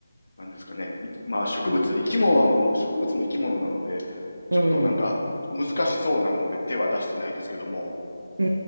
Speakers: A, on the left (about 80°); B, on the right (about 75°).
A: なんですかね。いまあ植物、生き物、植物も生き物なので、ちょっとなんか難しそうなので手は出してないですけども。
B: う。うん。う